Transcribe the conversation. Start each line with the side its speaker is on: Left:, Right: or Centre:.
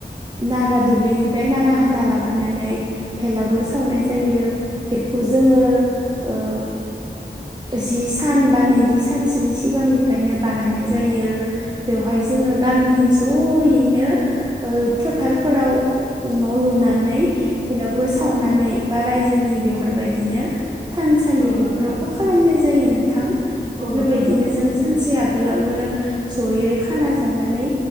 Right: नारा दुब्लिनिफ्राय नारा हाना लाबोनानै भेलागुर सावनाय
Left: औ
Right: जायो
Left: नोंथां
Right: बेखौ जोङो ओ जि सान बा नैजि सानसोनि सिगांनिफ्रायनो बानायनाय जायो। बेवहाय जोङो गामिनि
Left: औ।
Right: जयैनो ओ फोथारफोराव न' लुनानै
Left: औ
Right: भेलागुर सावनानै बा रायजोनि बेफोरबायदिनो
Left: औ
Right: थानसालि
Left: औ
Right: बेफोरावबो
Left: नोंथां
Right: खालामनाय जायो नोंथां। बेफोरबायदिनो
Left: औ नोंथां नंगौ
Right: जों सानसे आगोलावनो जयै खाना जानानै